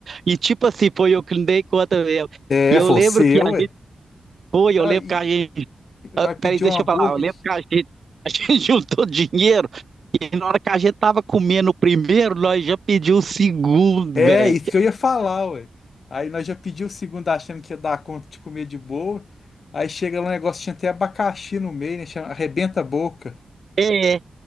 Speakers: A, on the right; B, on the left.
A: E tipo assim, foi eu que não dei conta mesmo.
B: É,
A: E eu
B: foi
A: lembro
B: o seu,
A: que a gente.
B: ué.
A: Foi, eu
B: Não,
A: lembro
B: e,
A: que a gente
B: e
A: Ah,
B: nós pedimos
A: Peraí, deixa
B: um hambúrguer.
A: eu falar. Eu lembro que a gente, <laughs> a gente juntou dinheiro e na hora que a gente tava comendo o primeiro, nós já pedimos o segundo,
B: É,
A: velho.
B: isso que eu ia falar, ué. Aí nós já pedimos o segundo achando que ia dar conta de comer de boa. Aí chega lá um negócio, tinha até abacaxi no meio, né? Chama, arrebenta a boca.
A: É. é.